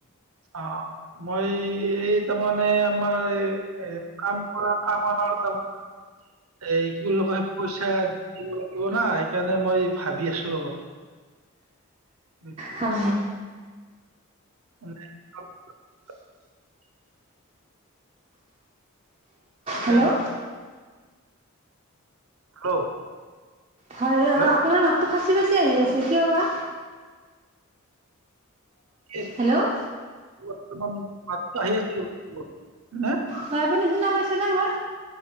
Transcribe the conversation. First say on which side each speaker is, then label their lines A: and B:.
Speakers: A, on the right; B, on the right.
A: অ', মই এই তাৰমানে আমাৰ এ কাম। কাম ত <unintelligible> এই কি বুলি কয় পইচা দিব লাগিব না সেইকাৰণে মই ভাবি আছো অলপ। উম।
B: হা।
A: <unintelligible> <unintelligible>
B: হেল্ল'
A: হেল্ল'
B: হয়
A: হেল্ল'
B: অ আপোনাৰ মাতটো ফাঁচি ফাঁচি আহি আছে কিয় বা,
A: <inaudible>
B: হেল্ল'
A: বৰ্তমান মাতটো আহি আছিল হা,
B: হয় আপুনি শুনা পাইছেনে মোৰ?